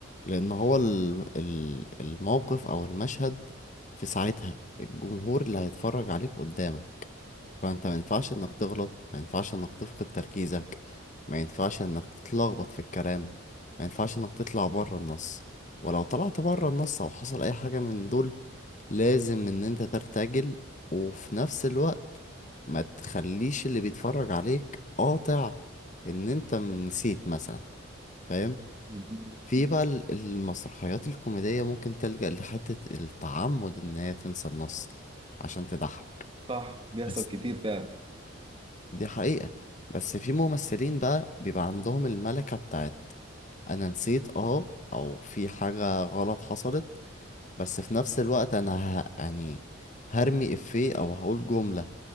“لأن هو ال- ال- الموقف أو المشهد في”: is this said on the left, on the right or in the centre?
Left